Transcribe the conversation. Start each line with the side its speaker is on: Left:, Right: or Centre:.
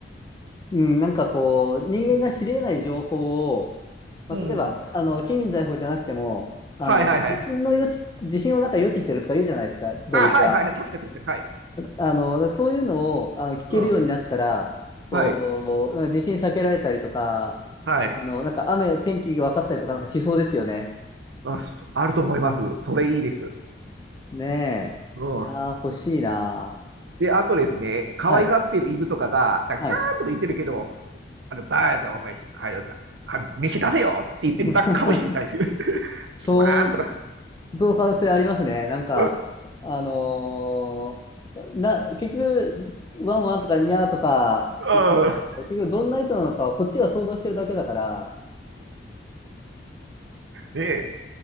Left: うん、なんかこう、人間が知り得ない情報を、
Right: うん。
Left: まあ、
Right: うん。
Left: 例えば、あの、金銀財宝じゃなくても、あの、
Right: はいはいはい。
Left: 地震の予知、地震をなんか予知してるとか言うじゃないですか、動物は。
Right: あ、はいはいはい。確か確かに。はい。
Left: あ、あの、そういうのを、あの、聞けるようになったら、
Right: うん。
Left: こう、
Right: はい。
Left: なんか地震避けられたりとか、
Right: はい。
Left: あの、なんか雨、天気が分かったりとか、なんかしそうですよね。
Right: あ、あると思います。それいいです。
Left: ねえ。
Right: うん。
Left: いやー、欲しいな
Right: で、あとですね、
Left: ー。
Right: 可愛がってる犬とかが、
Left: はい。
Right: なんかキャーンとか言ってるけど、
Left: はい。
Right: あの、バーカお前、はい、なはい飯出せよって言ってるだけかもしれないで
Left: <laughs> そう、
Right: す。<laughs> わーんとか。
Left: その可能性ありますね。なんか、
Right: うん
Left: あのーな、結局、ワンワンとかニャーとか言ってて、
Right: うん
Left: 結局どんな意図なのかはこっちが想像してるだけだから、
Right: ねえ、